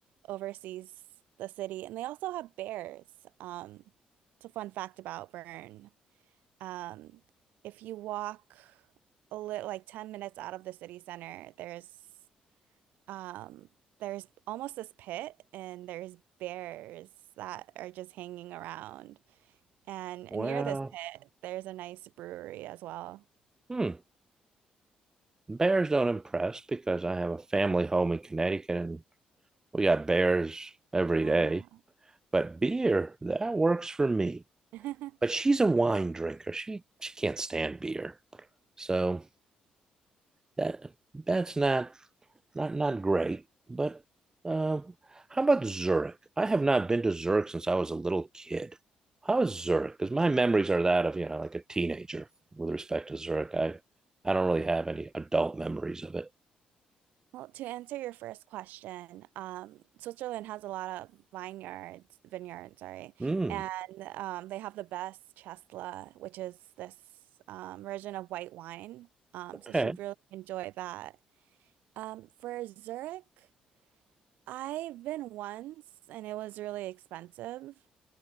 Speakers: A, on the right; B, on the right.
A: oversees the city, and they also have bears. Um, it's a fun fact about Bern. Um, if you walk a little like 10 minutes out of the city center, there's um there's almost this pit and there's bears that are just hanging around. And
B: Well,
A: near this pit, there's a nice brewery as well.
B: hmm. Bears don't impress because I have a family home in Connecticut and we got bears every
A: Oh,
B: day.
A: wow.
B: But beer, that works for me.
A: <laughs>
B: But she's a wine drinker. She she can't stand beer. So that that's not not not great. But uh, how about Zurich? I have not been to Zurich since I was a little kid. How is Zurich? Because my memories are that of you know like a teenager with respect to Zurich. I I don't really have any adult memories of it.
A: Well, to answer your first question, um, Switzerland has a lot of vineyards, vineyards, sorry,
B: Hmm.
A: and um, they have the best Chesla, which is this um, version of white wine. Um,
B: Okay.
A: so she'd really enjoy that. Um, for Zurich, I've been once, and it was really expensive.